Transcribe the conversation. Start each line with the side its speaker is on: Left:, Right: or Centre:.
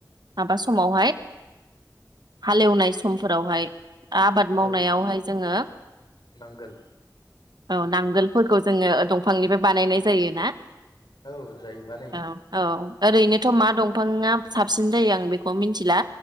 Right: माबा समावहाय हालेवनाय। सम फोरावहाय। आबाद मावनायावहाय
Left: औ
Right: जोङो
Left: नांगोल
Right: औ नांगोलफोरखौ जोङो दंफांनिफ्राय बानायनाय जायो ना
Left: औ जायो बानायो
Right: औ औ ओरैनोथ मा दं ङा साब सिन जायो आं बेखौ मिनथिला